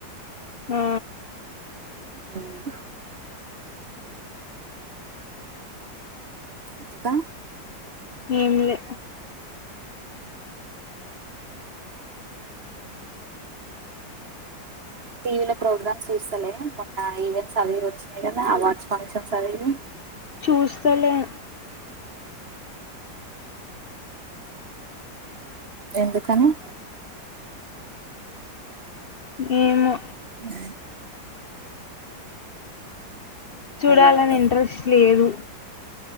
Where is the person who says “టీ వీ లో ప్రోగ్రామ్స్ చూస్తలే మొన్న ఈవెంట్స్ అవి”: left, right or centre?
Right